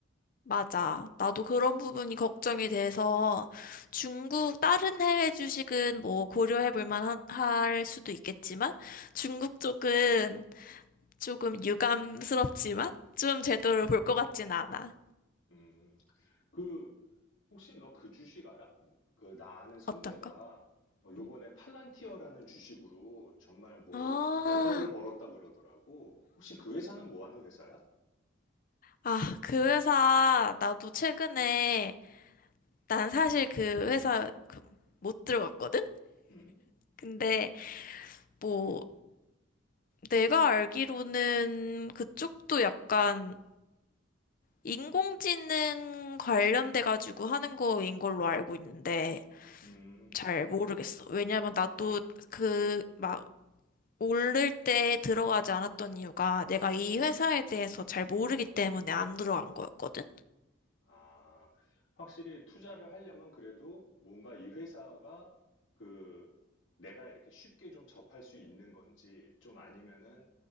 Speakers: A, on the left; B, on the left.
A: 맞아. 나도 그런 부분이 걱정이 돼서 중국 다른 해외 주식은 뭐 고려해 볼 만할 수도 있겠지만 중국 쪽은 조금 유감스럽지만 좀 제대로 볼 것 같진 않아.
B: 음. 그 혹시 너 그 주식 알아? 그 나 아는 선배가
A: 어떤 거?
B: 어, 요번에
A: 음.
B: 팔란티어라는 주식으로 정말 뭐
A: 아,
B: 몇 억을 벌었다 그러더라고. 혹시 그 회사는 뭐 하는 회사야?
A: 아, 그 회사 나도 최근에 난 사실 그 회사 그 못 들어갔거든?
B: 음?
A: 근데 뭐 내가 알기로는 그쪽도 약간 인공지능 관련돼 가지고 하는 거인 걸로 알고 있는데
B: 음.
A: 잘 모르겠어. 왜냐면 나도 그 막 오를 때 들어가지 않았던 이유가 내가 이 회사에 대해서 잘 모르기 때문에 안 들어간 거였거든.
B: 아, 확실히 투자를 하려면 그래도 뭔가 이 회사가 그 내가 이렇게 쉽게 좀 접할 수 있는 건지 좀 아니면은